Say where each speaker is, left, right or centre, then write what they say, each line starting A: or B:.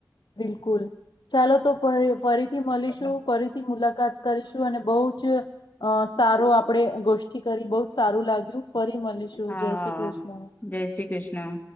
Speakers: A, on the left; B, on the left.
A: બિલકુલ ચાલો તો ફરીથી મળીશું ફરીથી મુલાકાત કરીશું અને બહુ જ સારો આપડે ગોષ્ઠી કરી બહુ જ સારું લાગ્યું. ફરી મલિશુ
B: હા
A: જય શ્રી કૃષ્ણ.
B: જય શ્રી કૃષ્ણ